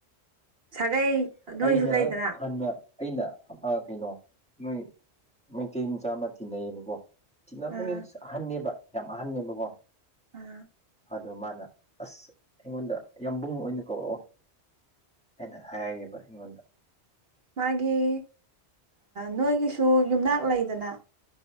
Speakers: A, on the right (about 60°); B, in the centre.
A: ꯁꯥꯒꯩ ꯅꯣꯏꯁꯨ
B: ꯑꯩꯅ
A: ꯂꯩꯗꯅ
B: ꯍꯟꯅ ꯑꯩꯅ ꯀꯩꯅꯣ ꯅꯣꯏ ꯃꯩꯇꯩ ꯃꯆꯥ ꯑꯃ ꯇꯤꯟꯅꯩꯌꯦꯕꯀꯣ ꯆꯤꯅꯕ
A: ꯑꯥ
B: ꯃꯤꯟꯁ ꯑꯍꯟꯅꯦꯕ ꯌꯥꯝ ꯑꯍꯟꯅꯦꯕꯀꯣ
A: ꯑꯥ
B: ꯑꯗꯣ ꯃꯥꯅ ꯑꯁ ꯑꯩꯉꯣꯟꯗ ꯌꯥꯝꯕꯨꯡ ꯑꯣꯏꯅ ꯀꯧꯔꯛꯑꯣ ꯑꯩꯅ ꯍꯥꯏꯌꯦꯕ ꯑꯩꯉꯣꯟꯗ
A: ꯃꯥꯒꯤ ꯅꯣꯏꯒꯤꯁꯨ ꯌꯨꯝꯅꯥꯛ ꯂꯩꯗꯅ